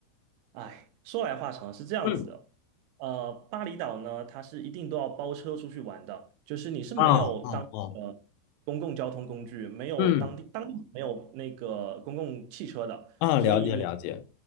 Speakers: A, on the right; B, on the left.
A: 哎，说来话长，是这样子的，
B: 嗯
A: 呃，巴厘岛呢，它是一定都要包车出去玩的，就是你是没有当呃
B: 啊，啊，哦，
A: 公共交通工具，没有当地当地没有那个公共汽车的，
B: 嗯啊，
A: 所以你
B: 了解了解，